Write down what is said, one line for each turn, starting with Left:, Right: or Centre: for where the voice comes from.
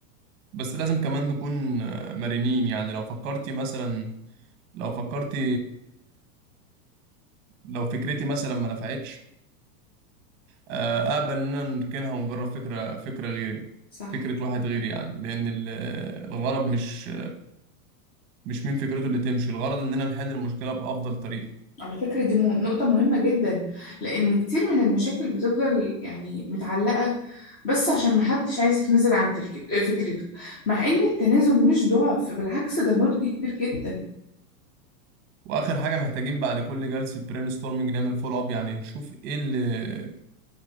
Right: بس لازم كمان نكون آه، مرنين يعني لو فكرتي مثلا لو فكرتي لو فكرتي مثلا ما نفعتش آه، أقبل إننا نركنها ونجرب فكرة فكرة غيري
Left: صح
Right: فكرة واحد غيري يعني لأن ال- الغرض مش مش مين فكرته اللي تمشي الغرض اننا نحل المشكله بافضل طريقه
Left: على فكرة دي مو- نقطة مهمة جدا لأن كتير من المشاكل بتفضل يعني متعلقة بس عشان محدش عايز يتنازل عن فركت- فكرته مع إن التنازل مش ضعف بالعكس ده نضج كبير جدا
Right: واخر حاجه محتاجين بعد كل جلسه برين ستورمنج نعمل فول اب يعني نشوف ايه اللي